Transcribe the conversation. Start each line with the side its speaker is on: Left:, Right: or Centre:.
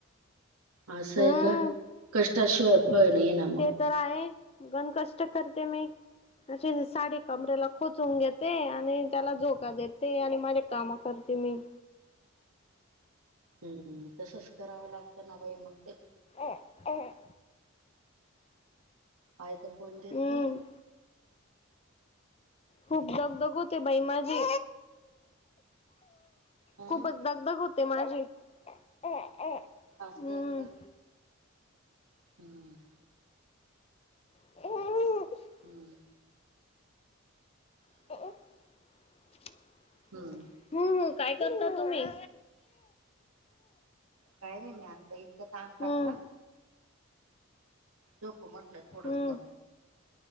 Right: असं आहे
Left: हम्म
Right: कां कष्टांशिवायं फळं नायं नां मगं.
Left: तरं आहे गंन कंष्ट करतें मी. तशी सांडी कमरेलां खोचूंन घेते आणि त्यांला झोकां देते. ते आणि माझ्या काम करते मी.
Right: हम्म तसंच करावं लागतं ना बाई मग ते.
Left: अ. अ.
Right: आईचा फोन देत
Left: हम्म
Right: नाही.
Left: खूप दगधग होते बाई माझी
Right: हा
Left: खूपचं धगधग होते ते माझी हम्म
Right: असयं का? हम्म
Left: <unintelligible>
Right: हम्म
Left: <unintelligible>
Right: हम्म.
Left: हम्म काय करता तुम्ही?
Right: काही नाही मी आत्ता इतकं काम टाकल
Left: हम्म
Right: झोपू म्हटल्य थोडसं.
Left: हम्म